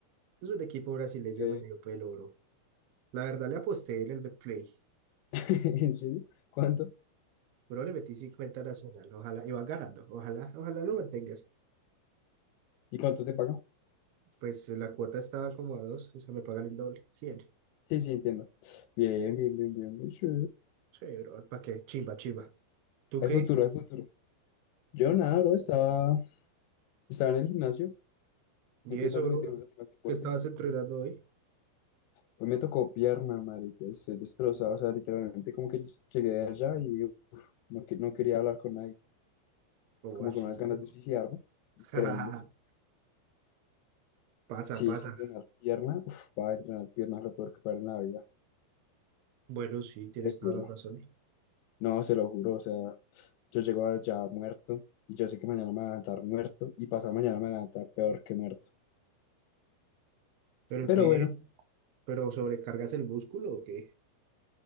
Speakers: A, on the right; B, on the left.
A: Es un equipo brasileño
B: Eh,
A: medio pelo, bro. La verdad, le aposté en el Betplay.
B: <laughs> ¿En serio? ¿Cuánto?
A: Bro, le metí 50 Nacional. Ojalá, y van ganando. Ojalá, ojalá lo mantengan.
B: ¿Y cuánto te pagan?
A: Pues eh, la cuota estaba como a dos, o sea, me pagan el doble. 100.
B: Sí, sí, entiendo. Bien, bien, bien, bien, bien, sí.
A: Sí, bro, ¿para qué? Chimba, chimba. ¿Tú
B: Hay
A: qué?
B: futuro, hay futuro. Yo nada, bro, estaba, estaba en el gimnasio,
A: ¿Y
B: metiéndole,
A: eso, bro?
B: metiéndole al deporte.
A: ¿Qué estabas entrenando hoy?
B: Hoy me tocó pierna, marica, y estoy destrozado, o sea, literalmente como que llegué de allá y uf, no, que- no quería hablar con nadie,
A: ¿Cómo
B: como
A: así,
B: con unas ganas
A: bro?
B: de suicidarme, increíbles.
A: <laughs> Pasa,
B: Sí,
A: pasa.
B: es que entrenar pierna, uf, para entrenar pierna es lo peor que para en la vida,
A: Bueno, sí, tienes
B: prefiero.
A: toda la razón.
B: No, se lo juro, o sea, yo llego allá muerto y yo sé que mañana me voy a levantar muerto y pasado mañana me voy a levantar peor que muerto.
A: ¿Pero
B: Pero
A: qué?
B: bueno,
A: ¿Pero sobrecargas el músculo o qué?